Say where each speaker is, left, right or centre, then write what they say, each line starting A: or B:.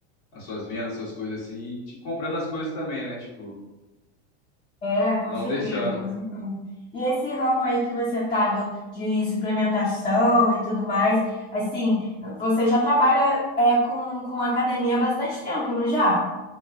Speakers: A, on the left; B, on the left.
A: as suas vendas, suas coisas assim, e te comprando as coisas também, né? Tipo,
B: É, com
A: não
B: certeza,
A: deixando.
B: com certeza. E esse ramo aí que você tá do, de suplementação e tudo mais, assim, você já trabalha é, com, com academia há bastante tempo, não já?